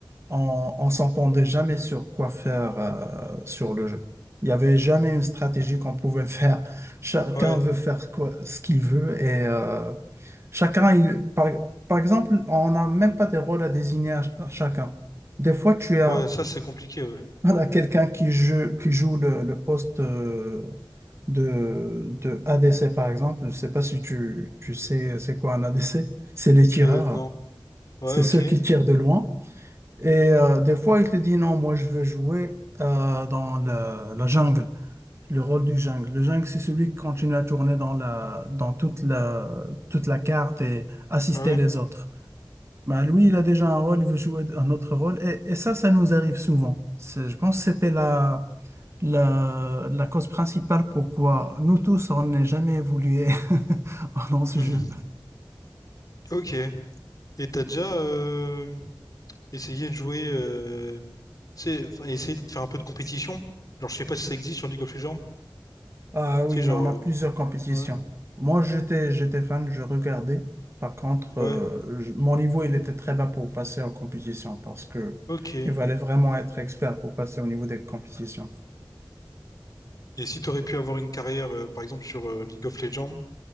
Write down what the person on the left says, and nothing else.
Ouais,
ouais, ça c'est compliqué, ouais.
Euh, non. Ouais,
ok.
Ouais.
Mhm.
Ok. Et t'as déjà, euh, essayer de jouer, euh, tu sais, enfin, essayer de faire un peu de compétition. Genre, je sais pas si ça existe sur League of Legends.
Tu sais,
genre,
euh,
ouais,
ouais,
ok.
Et si t'aurais pu avoir une carrière, euh, par exemple, sur euh, League of Legends,